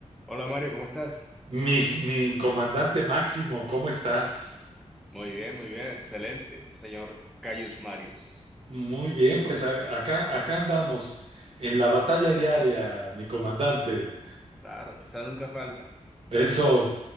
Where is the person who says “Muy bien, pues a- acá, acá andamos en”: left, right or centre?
Right